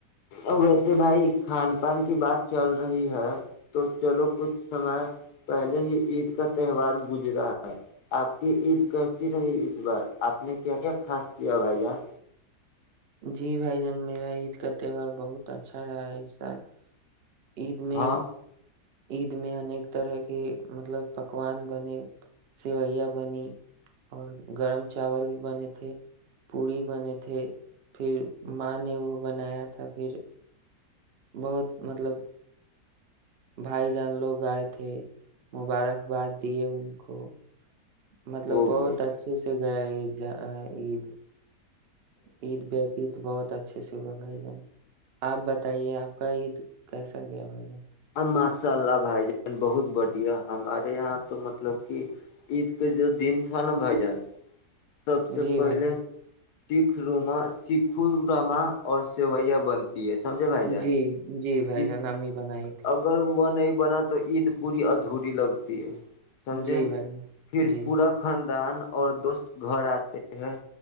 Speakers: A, on the left; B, on the right.
A: ا ویسے بھائی کھان پان کی بات چل رہی ہے تو چلو کچھ سمے پہلے ہی عید کا تہوار گزرا ہے آپ کی عید کیسی رہی اس بار آپ نے کیا کیا خاص کیا بھائی جان
B: جی بھائی جان میرا عید کا تہوار بہت اچھا رہا ہے اس سال عید میں
A: ہاں
B: عید میں انیک طرح کے مطلب پکوان بنے سیویاں بنی اور گرم چاول بھی بنے تھے پوڑی بنے تھے پھر ماں نے وہ بنایا تھا پھر بہت مطلب بھائی جان لوگ آئے تھے مبارکباد دیے ان کو مطلب
A: وہ
B: بہت
A: بھائی
B: اچھے سے ا عید ج عید عید بتیید تو بہت اچھے سے ہوئے بھائی جان آپ بتائیے آپ کا عید کیسا گیا بھائی جان
A: ماشاء اللہ بھائی جان بہت بڑھیا ہمارے یہاں تو مطلب کہ عید کے جو دن تھا نا بھائی جان سب سے
B: جی
A: پہلے
B: بھائی جان
A: سکھ روما سکھ رما اور سیویا بنتے تی ہے سمجھے بھائی جان
B: جی جی بھائی
A: جس
B: جانا امی بنائی ت
A: اگر وہ نہیں بنا تو عید پوری ادھوری لگتی ہے
B: تھی
A: سمجھے
B: جی بھائی جان
A: پھر
B: جی
A: پورا کند ان اور دوست گھر آتے ہیں